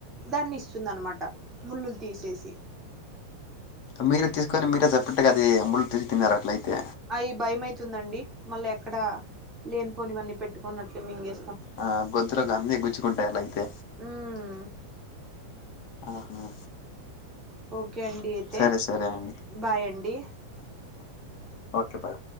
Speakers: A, on the right; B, on the left.
A: దాన్ని ఇస్తుందనమాట ముళ్ళులు తీసేసి
B: మీరే తీసుకొని మీరే చెప్పెట్టుగా అది ముళ్ళు తెచ్చి తిన్నారు అట్లయితే
A: అయి భయం అవుతుందండి మళ్ళీ ఎక్కడా లేనిపోని ఇవన్నీ పెట్టుకున్నట్లు మింగే
B: ఆ గొంతులోకి అన్ని గుచ్చుకుంటాయి అలా అయితే
A: ఉమ్
B: ఆహా
A: ఓకే అండి అయితే
B: సరే సరే అండి
A: బాయ్ అండి
B: ఓకే బాయ్